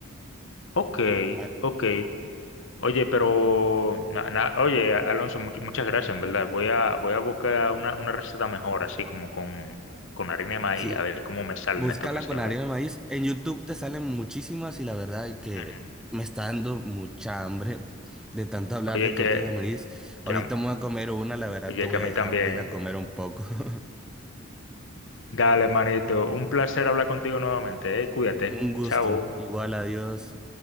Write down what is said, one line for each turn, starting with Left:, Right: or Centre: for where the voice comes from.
Left: Ok,
Centre: Ah,
Left: ok. Oye, pero, na- na- oye, A- Alonso, much- muchas gracias, en verdad. Voy a, voy a buscar una, una receta mejor, así como con, con harina de maíz,
Centre: sí,
Left: a ver cómo me sale
Centre: Búscala
Left: en esta ocasión,
Centre: con harina
Left: ¿eh?
Centre: de maíz. En YouTube te salen muchísimas y la verdad es que
Left: Ujú.
Centre: me está dando mucha hambre de tanto hablar
Left: Oye,
Centre: de tortillas
Left: que,
Centre: de maíz.
Left: que
Centre: Ahorita
Left: a,
Centre: me voy a comer una, la verdad
Left: oye,
Centre: te voy
Left: que a mí
Centre: a dejar
Left: también,
Centre: para ir
Left: ¿eh?
Centre: a comer un poco. <laughs>
Left: Dale, manito, un placer hablar contigo nuevamente, ¿eh? Cuídate.
Centre: Un gusto.
Left: Chao.
Centre: Igual, adiós.